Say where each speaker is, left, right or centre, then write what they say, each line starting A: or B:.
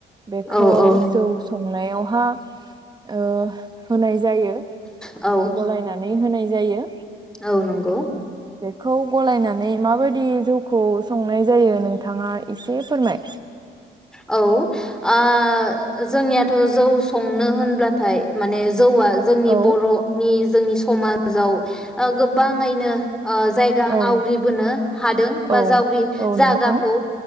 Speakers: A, on the right; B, in the centre.
A: बेखौ
B: औ औ
A: जौ सं संनायावहा ओ होनाय जायो।
B: औ
A: गलायनानै होनाय जायो।
B: औ नंगौ।
A: खौ गलायनानै माबायदि जौखौ संनाय जायो नोंथाङा एसे फोरमाय
B: औ ओ जोंनियाथ' जौ संनो होनब्लाथाय माने जौआ जोंनि
A: औ
B: बर'नि जोंनि समाजाव ओ गोबांङैनो ओ जायगा
A: औ
B: आवग्रिबोनो हादों बा
A: औ
B: जावग्रि
A: औ नोंथां
B: जागाखौ